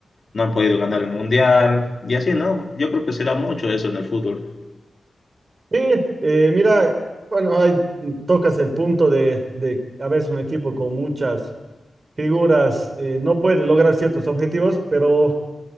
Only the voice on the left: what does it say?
no han podido ganar el Mundial y así, ¿no? Yo creo que se da mucho eso en el fútbol.